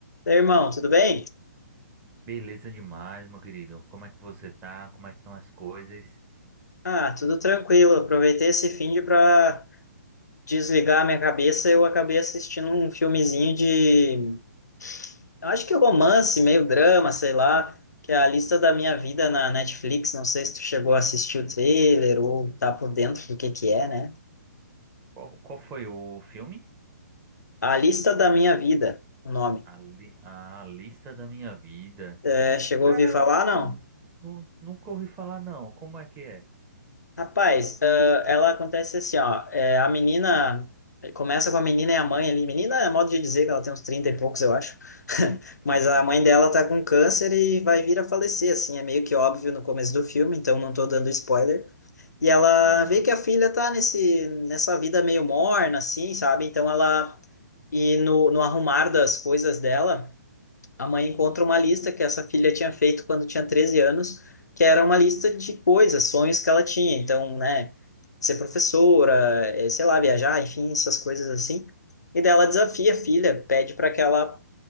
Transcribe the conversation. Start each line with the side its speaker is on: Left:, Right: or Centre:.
Left: Daí, irmão, tudo bem?
Right: Beleza demais, meu querido. Como é que você tá? Como é que estão as coisas?
Left: Ah, tudo tranquilo. Aproveitei esse fim de para desligar a minha cabeça. Eu acabei assistindo um filmezinho de, acho que romance, meio drama, sei lá, que é a lista da minha vida na Netflix. Não sei se tu chegou a assistir o trailer ou tá por dentro do que que é, né?
Right: Qual, qual foi o filme?
Left: A lista da minha vida, o nome.
Right: A, li- a Lista da Minha Vida.
Left: É, chegou
Right: Cara,
Left: a ouvir falar, não?
Right: eu nu- nunca ouvi falar, não. Como é que é?
Left: Rapaz, ah, ela acontece assim, ó. é, a menina começa com a menina e a mãe ali. Menina é modo de dizer que ela tem uns 30 e poucos, eu acho. <laughs> Mas
Right: Sim.
Left: a mãe dela
Right: <laughs>
Left: tá com câncer e vai vir a falecer, assim, é meio que óbvio no começo do filme, então não tô dando spoiler. E ela
Right: Aham.
Left: vê que a filha tá nesse, nessa vida meio morna, assim, sabe? Então ela. E no, no arrumar das coisas dela a mãe encontra uma lista que essa filha tinha feito quando tinha 13 anos, que era uma lista de coisas, sonhos que ela tinha. Então, né, ser professora, eh, sei lá, viajar, enfim, essas coisas assim. E daí ela desafia a filha, pede para que ela